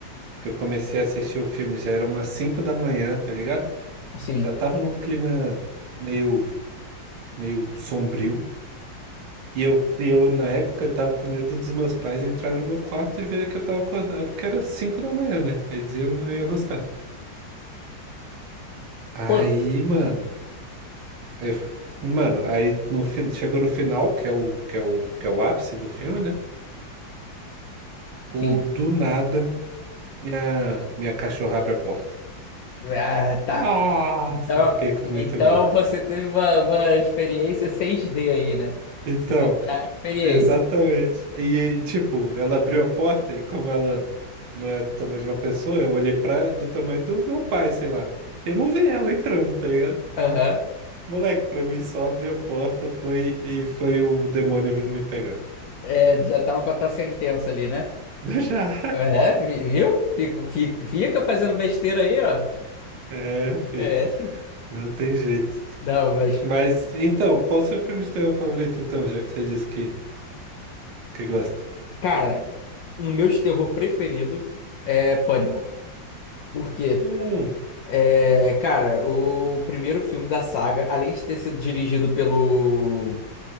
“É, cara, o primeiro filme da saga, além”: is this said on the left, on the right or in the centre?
Left